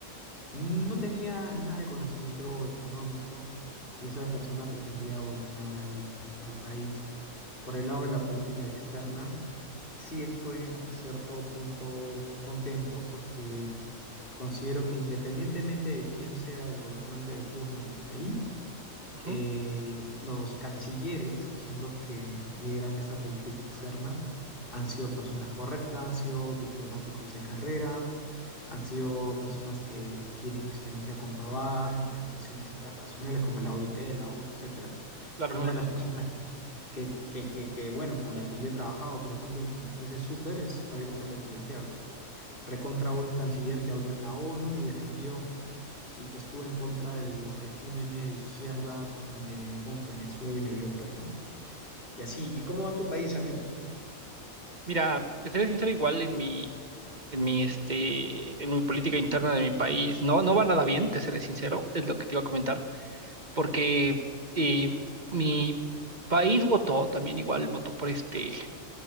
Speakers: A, on the left; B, on the right.
A: No tenía nada de conocimiento económico y esa persona pretendía gobernar al, al país. Por el lado de la política externa, sí estoy hasta cierto punto contento porque considero que independientemente de quién sea el gobernante de turno en el país,
B: Ujú,
A: eh, los cancilleres, que son los que lideran esta política externa, han sido personas correctas, han sido diplomáticos de carrera, han sido personas que tienen experiencia comprobada en organizaciones internacionales como la OIT, la ONU, etcétera.
B: Claro,
A: Una
B: claro.
A: de las personas que, que, que, que, bueno, con la que yo he trabajado, por ejemplo, y que me parece súper es Javier González de Leche, un recontra buen canciller que habló en la ONU y defendió y que estuvo en contra de los regímenes de izquierda como el de, bueno, Venezuela y otros, ¿no? Y así, ¿y cómo va tu país, amigo?
B: Mira, te seré sincero, igual en mi, en mi, este, en mi política interna de mi país, no, no va nada bien, te seré sincero, es lo que te iba a comentar, porque eh, mi país votó, también igual votó por este,